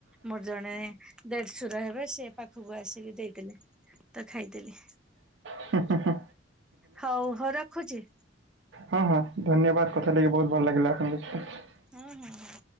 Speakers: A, in the centre; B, on the right.
A: ମୋର ଜଣେ ଦେଢଶୁର ହେବେ ସେ ପାଖକୁ ଆସିକି ଦେଇଦେଲେ ତ ଖାଇଦେଲି
B: ହଁ ହଁ ହଁ।
A: ହଉ ହଉ ରଖୁଛି।
B: ହଁ ହଁ ଧନ୍ୟବାଦ କଥା ଲାଗି ବୋହୁତ ଭଲ ଲାଗିଲା ଆପଣଙ୍କ ସହିତ।
A: ହୁଁ ହୁଁ।